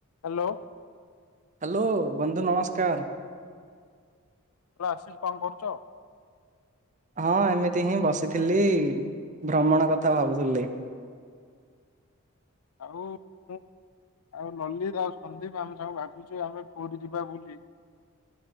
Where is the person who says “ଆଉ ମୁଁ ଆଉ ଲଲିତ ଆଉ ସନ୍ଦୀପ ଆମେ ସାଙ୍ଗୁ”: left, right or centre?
Left